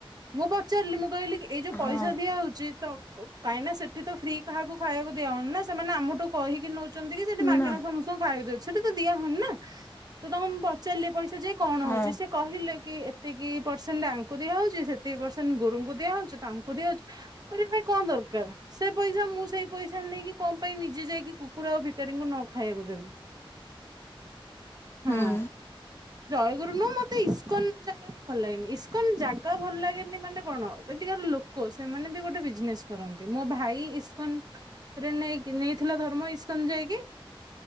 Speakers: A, on the right; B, on the left.
A: ମୁଁ ପଚାରିଲି ମୁଁ କହିଲି କି ଏଇ ଯୋଉ
B: ହଁ
A: ପଇସା ଦିଆହଉଛି ତ କ କାହିଁକି ନା ସେଠି ତ ଫ୍ରି। କାହାକୁ ଖାଇବାକୁ ଦିଆ ହଉନି ନା ସେମାନେ ଆମଠୁ କହିକି ନଉଛନ୍ତି କି ସେଠି ମାଗଣା
B: ନା
A: ସମ ଙ୍କୁ ଖାଇଆ ଦଉଛି ସେଟା ତ ଦିଆ ହଉନି ନା ତମକୁ ମୁଁ ପଚାରିଲି ଏ ପଇସା ଏ ପଇସା ଯାଇ କଣ
B: ହଁ
A: ହଉଛି ସେ କହିଲେ କି ଏତିକି ପରସେଣ୍ଟ୍ ଆାଙ୍କୁ ଦିଆହଉଛି ସେ କି ପରସେଣ୍ଟ୍ ଗୁରୁଙ୍କୁ ଦିଆ ହଉଛି ତାଙ୍କୁ ଦିଆହଉଛି କରିବା ପାଇଁ କଣ ଦରକାର ସେ ପଇସା ମୁଁ ସେଇ ପଇସା ନେଇକି କଣ ପାଇଁ ନିଜେ ଯାଇକି କୁକୁର ଆଉ ଭିକାରୀଙ୍କୁ ନ ଖାଇବାକୁ ଦେବି। ହଁ
B: ହୁଁ
A: ଜୟଗୁରୁନୁ ମତେ ଇସ୍ ଇସ୍କନ ଜାଗା ବି ଭଲ ଲାଗେନି ଇସ୍କନ ଜାଗା ଭଲ ଲାଗେନି ମାନେ କଣ ସେଠକାର ଲୋ କ ସେମାନେ ବି ଗୋଟେ ବିଜନେସ କରନ୍ତି ମୋ ଭାଇ ଇସ୍କନ୍ ରେ ନେଇକି ନେଇଥିଲା ଧର୍ମ ଇସ୍କନ ଯାଇକି